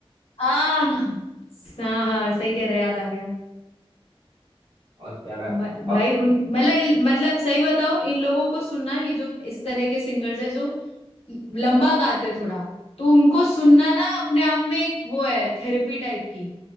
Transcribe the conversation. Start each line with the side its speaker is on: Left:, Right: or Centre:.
Left: आ हाँ हाँ सही कह रहे याद आ गया
Right: और प्यारा
Left: म-
Right: अ-
Left: भाई उन- मतलब इन- मतलब सही बताओ इन लोगों को सुनना ये जो इस तरह के सिंगर्स है जो लंबा गाते हैं थोड़ा तो उनको सुनना ना अपने आप में एक वो है थेरेपी टाइप की